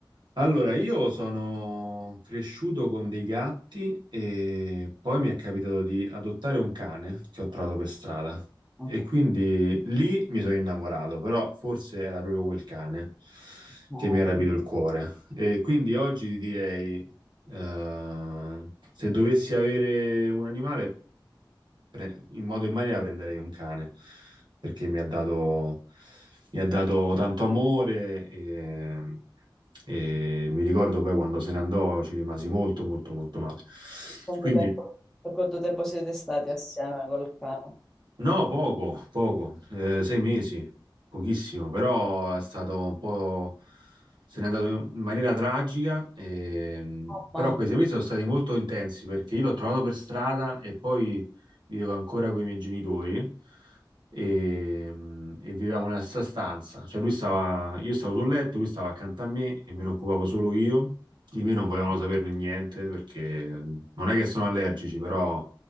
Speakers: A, on the right (about 65°); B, in the centre.
A: Allora, io sono cresciuto con dei gatti e poi mi è capitato di adottare un cane che ho trovato per strada
B: Ok.
A: e quindi lì mi sono innamorato, però forse era proprio quel cane
B: No.
A: che mi ha rapito il cuore. E quindi oggi ti direi, eh, se dovessi avere un animale, pre- in modo e in maniera prenderei un cane, perché mi ha dato, mi ha dato tanto amore e, e mi ricordo poi quando se ne andò ci rimasi molto, molto, molto male.
B: Per quanto
A: Quindi
B: tempo, per quanto tempo siete stati assieme col cane?
A: No, poco, poco, eh, sei mesi, pochissimo, però è stato un po'... se n'è andato in maniera tragica, ehm,
B: Oh, mamma.
A: però quei sei mesi sono stati molto intensi perché io l'ho trovato per strada e poi vivevo ancora con i miei genitori e, e vivevamo nella stessa stanza, cioè lui stava, io stavo sul letto, lui stava accanto a me e me ne occupavo solo io, di me non volevano saperne niente perché non è che sono allergici, però